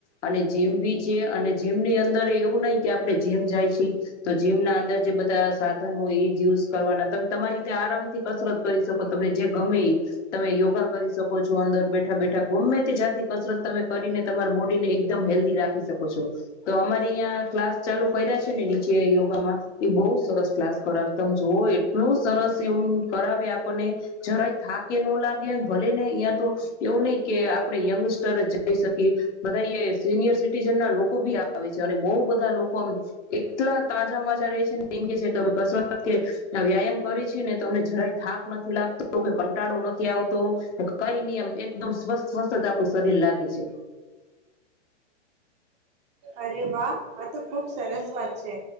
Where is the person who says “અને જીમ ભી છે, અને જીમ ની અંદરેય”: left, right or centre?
Left